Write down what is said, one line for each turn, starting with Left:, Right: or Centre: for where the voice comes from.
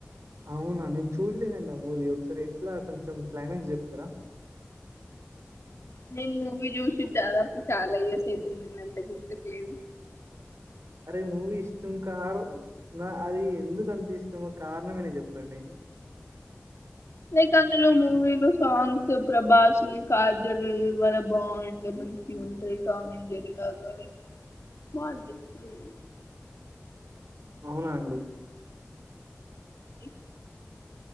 Right: అవునా నేను చూడలేదండి ఆ మూవీ ఒకసారి ఎట్లా కొంచెం క్లైమాక్స్ చెప్తారా
Left: నేను మూవీ చూసి దాదాపు చాలా ఇయర్స్ అయితుంది నేన్న అంత గుర్తుకులేదు
Right: అరే మూవీ ఇష్టం కార నా అది ఎందుకు అంత ఇష్టము కారణమైన చెప్పండి
Left: లైక్ అందులో మూవీలు సాంగ్స్ ప్రభాస్ ని కాజల్ వల బాండ్ మంచిగా ఉంటే టామ్ అండ్ జెర్రీ లాగా బావుంటది మూవీ
Right: అవునా అండి
Left: ఇ